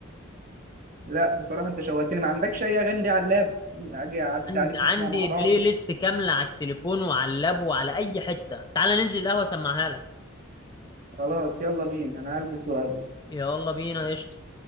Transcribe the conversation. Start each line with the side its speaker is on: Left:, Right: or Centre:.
Right: لا بصراحه انت شوقتني ما عندكش اي اغاني دي على اللاب اجي اعدي
Left: عند...
Right: عليك
Left: عندي
Right: نسمع مع بعض
Left: بلاي ليست كاملة على التليفون وعلى اللاب وعلى أي حتة تعال ننزل القهوة أسمعها لك
Right: خلاص يلا بينا انا هلبس وأقابلك
Left: يلا بينا قشطة